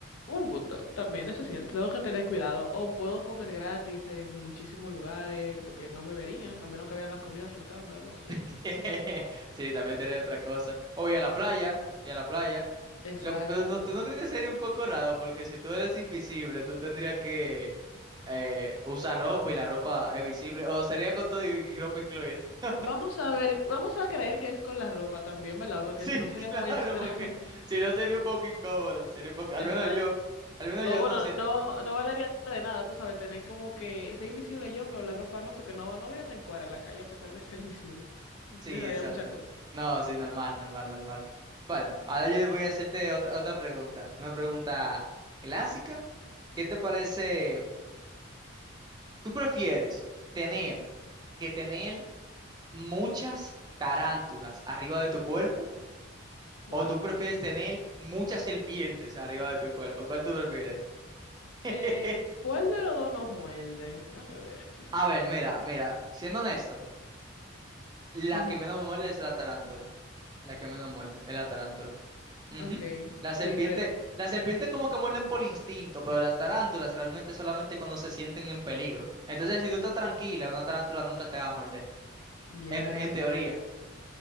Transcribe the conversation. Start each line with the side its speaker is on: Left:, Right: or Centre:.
Left: Buen punto, también eso es cierto, tengo que tener cuidado. O puedo comer gratis en muchísimos lugares porque no me verían, a menos que vean la comida flotando o algo así.
Right: <laughs> Sí, también tenía otra cosa. O y a la playa, y a la playa.
Left: Exacto.
Right: Lo que- pero no, ¿tú no crees que sería un poco raro? Porque si tú eres invisible, tú tendrías que eh, usar ropa y la ropa es visible. O sería con todo y, y ropa incluida. <laughs>
Left: Vamos a ver, vamos a creer que es con la ropa también, ¿verdad? Porque
Right: Sí,
Left: si no sería
Right: claro,
Left: muy extraño.
Right: porque
Left: <laughs>
Right: si no sería un poco incómodo. Sería un poco, al
Left: Exacto.
Right: menos yo, al menos
Left: O
Right: yo
Left: bueno,
Right: no sé.
Left: no, no valería de nada, tú sabes, tener como que ser invisible yo, pero la ropa no, porque no, no voy a andar en cuadra en la calle a pesar de ser invisible. <laughs>
Right: Sí,
Left: Me daría
Right: exacto.
Left: mucha cosa.
Right: No, sí, normal, normal, normal. Bueno, ahora yo voy a hacerte otra, otra pregunta. Una pregunta clásica. ¿Qué te parece? ¿Tú prefieres tener que tener muchas tarántulas arriba de tu cuerpo
Left: Wow.
Right: o tú prefieres tener muchas serpientes arriba de tu cuerpo? ¿Cuál tú prefieres? <laughs>
Left: Eh, ¿cuál de los dos no muerde? Déjame ver.
Right: A ver, mira, mira, siendo honesto,
Left: <laughs>
Right: la
Left: Ujú.
Right: que menos me muerde es la tarántula. La que menos muerde es la tarántula. Ujú.
Left: Ok,
Right: La
Left: sí,
Right: serpiente,
Left: pre-
Right: la serpiente como que muerden por instinto, pero las tarántulas realmente solamente cuando se sienten en peligro. Entonces, si tú estás tranquila, una tarántula nunca te va a morder.
Left: ya.
Right: En, en teoría,